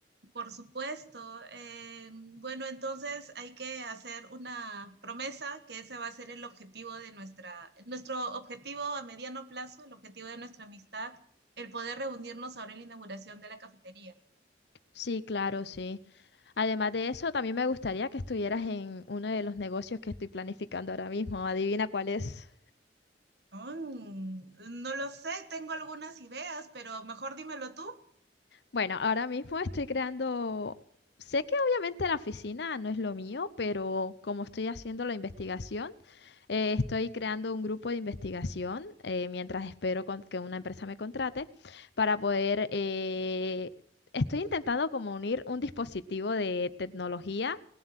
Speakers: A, on the right; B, on the left.
A: Por supuesto. Eh, bueno, entonces hay que hacer una promesa que ese va a ser el objetivo de nuestra, nuestro objetivo a mediano plazo, el objetivo de nuestra amistad, el poder reunirnos ahora en la inauguración de la cafetería.
B: Sí, claro, sí. Además de eso, también me gustaría que estuvieras en uno de los negocios que estoy planificando ahora mismo. Adivina cuál es.
A: Mm, no lo sé, tengo algunas ideas, pero mejor dímelo tú.
B: Bueno, ahora mismo estoy creando, sé que obviamente la oficina no es lo mío, pero como estoy haciendo la investigación, eh, estoy creando un grupo de investigación eh, mientras espero con- que una empresa me contrate para poder, eh, estoy intentando como unir un dispositivo de tecnología